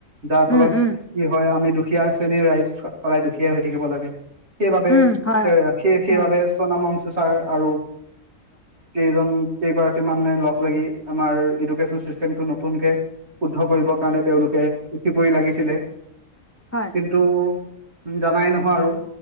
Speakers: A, on the right; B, on the left.
A: যাৰ ফলত
B: উম উম
A: কি হয় আমি দুখীয়া শ্ৰেণীৰ ৰাইজ সদাই দুখীয়া হৈ থাকিব লাগে সেইবাবে
B: উম হয়
A: এ
B: আৰু
A: সেই সেইবাবে
B: হয়
A: সুনম মং চু ছাৰ আৰু কেইজন কেইগৰাকী মান লগ লাগি আমাৰ এডুকেশ্যন চিষ্টেমটো নতুনকে শুদ্ধ কৰিবৰ কাৰণে তেওঁলোকে উঠি পৰি লাগিছিলে
B: হয়
A: কিন্তু তুমি জানাই নহয় আৰু